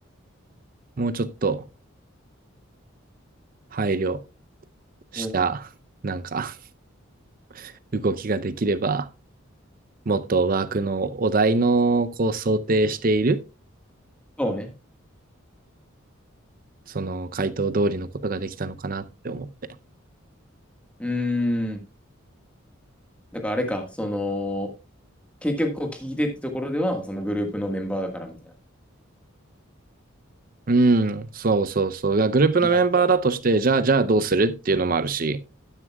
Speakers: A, on the right; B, in the centre.
A: もうちょっと配慮した、
B: うん。
A: なんか、<laughs> 動きができれば、もっとワークのお題の、こう、想定している、
B: そうね。
A: その回答通りのことができたのかなって思って。
B: うーん。だからあれか、その、結局こう聞き手ってところでは、そのグループのメンバーだからみたいな。
A: うん、そうそうそう。がグループのメンバーだとして、
B: なるほ
A: じゃあ、じゃあどうするっていうのもあるし、